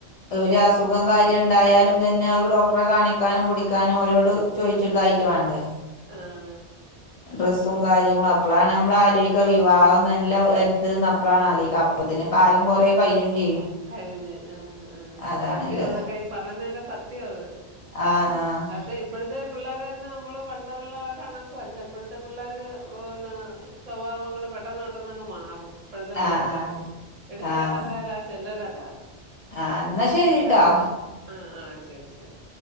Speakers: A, on the left; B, on the right.
A: ഒരു അസുഖം കാര്യം ഉണ്ടായാലും തന്നെ അത് ഡോക്ടറെ കാണിക്കാനും പടിക്കാനും ഓലോട് ചോദിച്ച്തായി. ട്ട് വാണ്ടേ
B: ആഹ്
A: ഡ്രസ്സും കാര്യങ്ങളും അപ്പോളാണ് നമ്മൾ ആലോയ്ക്ക വിവാഹം നല്ല
B: ആ
A: വാ ഇത് ന്ന് അപ്പളാണ് ആലോയ്ക്ക അപ്പത്തിന് കാലം കുറേ കയ്യും ചെയ്യും.
B: കഴിഞ്ഞ് ആഹ് ആഹ്
A: അതാണ്ള്ളത്
B: സത്യം അതൊക്കെ ഈ പറന്നൊക്കെ സത്യോ അത്.
A: ആഹ് ആഹ്.
B: പക്ഷെ ഇപ്പോഴത്തെ പിള്ളേരെന്ന് നമ്മള് പണ്ടതുള്ളവരെ ഇണക്കല്ല ഇപ്പോഴത്തെ പിള്ളേർ ഓന്ന സ്വഭാവങ്ങൾ പെട്ടെന്ന് പെട്ടെന്ന് അങ്ങ് മാറും ഇപ്പോഴത്തെ പെൺ
A: ആഹ്
B: പിള്ളര്
A: ആഹ്
B: എടുത്തിചാട്ടക്കാര
A: ആഹ്
B: ചെലരൊക്കെ
A: ആഹ് എന്നാ ശരിട്ടോ
B: പക്ഷെ ആഹ് ആഹ് ശരി ശരി.